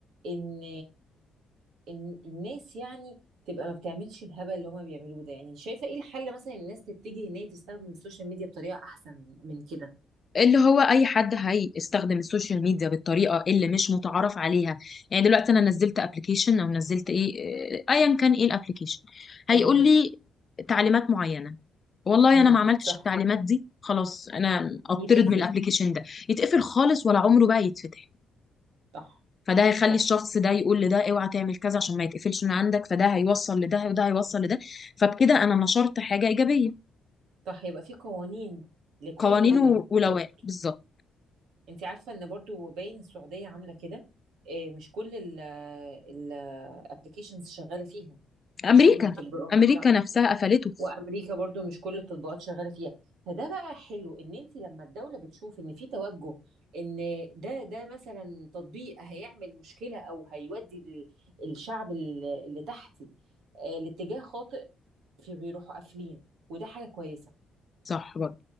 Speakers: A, on the right (about 85°); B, on the left (about 35°).
A: ان ان الناس يعني تبقى ما بتعملش الهبل اللي هما بيعملوه ده يعني شايفة ايه الحل مثلا الناس تتجه ان هي تستخدم السوشيال ميديا بطريقة احسن من كده
B: اللي هو اي حد هيستخدم السوشيال ميديا بالطريقه اللي مش متعارف عليها يعني دلوقتي انا نزلت ابلكيشن او نزلت ايه آه، ايا كان ايه الابلكيشن هيقول
A: تمام
B: لي تعليمات معينه والله
A: امم
B: انا ما عملتش
A: صح
B: التعليمات دي خلاص انا اطرد
A: يتقفل
B: من الابلكيشن ده يتقفل خالص ولا عمره بقى يتفتح
A: صح
B: فده هيخلي
A: صح
B: الشخص ده يقول لده اوعى تعمل كذا عشان ما يتقفلش من عندك فده هيوصل لده وده هيوصل لده فبكده انا نشرت حاجه ايجابيه
A: صح يبقى في قوانين لكل
B: قوانين
A: المنصات
B: و- ولوائح بالظبط
A: انت عارفة ان برضو باين السعودية عاملة كده اه، مش كل الابلكيشنز شغالة فيها
B: امريكا
A: مش كل التطبيقات
B: امريكا
A: لا
B: نفسها قفلته
A: وامريكا برضو مش كل التطبيقات شغاله فيها فده بقى حلو ان انت لما الدوله بتشوف ان في توجه ان ده ده مثلا تطبيق هيعمل مشكله او هيودي ال- الشعب ال- اللي تحتي آه، لاتجاه خاطئ في بيروحوا قافلين وده حاجه كويسه
B: صح برضه